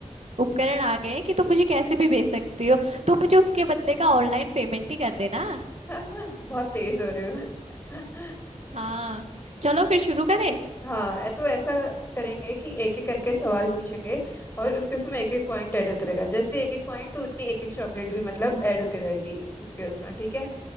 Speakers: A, on the right; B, on the left.
A: उपकरण आ गए हैं कि तुम मुझे कैसे भी भेज सकती हो तुम मुझे उसके बदले का ऑनलाइन पेमेंट ही कर देना
B: <laughs> बहुत तेज हो रहे हो <laughs>
A: हाँ चलो फिर शुरू करें
B: हाँ ए- तो ऐसा करेंगे कि एक एक करके सवाल पूछेंगे और उसके उसमें एक एक पॉइंट ऐड होता रहेगा जैसे एक एक पॉइंट तो उतनी एक एक चॉकलेट भी मतलब ऐड होती रहेगी उसके उसमें ठीक है